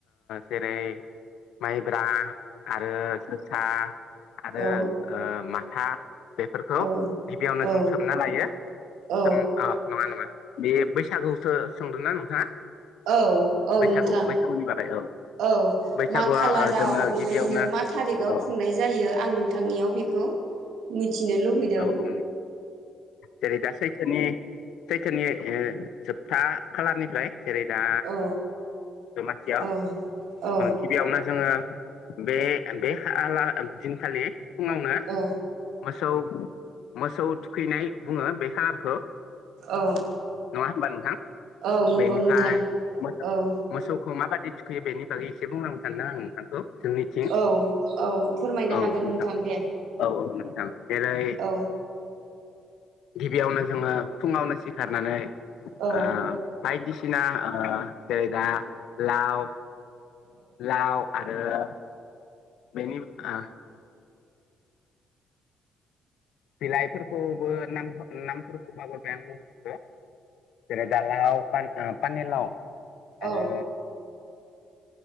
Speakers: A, on the left; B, on the right.
A: जेरै माइब्रा आरो जोसा आरो
B: औ
A: माथा बेफोरखौ
B: औ
A: गिबियावनो
B: औ
A: जों सोमना लायो
B: औ
A: नङा नङा। बे बैसागुसो सोंदोंना नोंथाङा।
B: औ औ
A: बैसागु
B: नोंथां।
A: बैसागुनि बागै
B: औ
A: बैसागुआ
B: मा खालाराव
A: ओ जोङो
B: बेबायदिनो
A: गिबियावनो
B: मा थारिखाव
A: औ
B: खुंनाय जायो आं नोंथांनियाव बेखौ मिथिनो लुबैदों।
A: औ औ जेरै दा सैथोनि सैथोनि जोबथा खालारनिफ्राय जेरै दा
B: औ
A: दमासियाव
B: औ औ
A: गिबियावनो जोङो। बे बे दिनखालि फुङावनो
B: औ
A: मोसौ मोसौ थुखैनाय बुङो बे खालारखौ
B: औ
A: नङा होनबा नोंथां
B: औ नंगौ
A: बेनिफ्राय
B: नोंथां
A: मोसौ
B: औ
A: मोसौ। मा बायदि थुखैयो बेनि बागै एसे बुंनो खोनथादों आं नोंथांखौ। जों मिथिं
B: औ औ फोरमायनो
A: औ
B: हागोन
A: नोंथां
B: दे
A: औ औ नोंथां। जेरै
B: औ
A: गिबियावनो जोङो फुङावनो सिखारनानै
B: औ
A: ओ बायदिसिना ओ जेरै- दा लाव लाव आरो बेनि ओ बिलाइफोरखौबो नाम नामफोरखौ बावगारबाय मुंफोरखौ जेरै - <unintelligible> पानि-पानिलाव
B: औ
A: आरो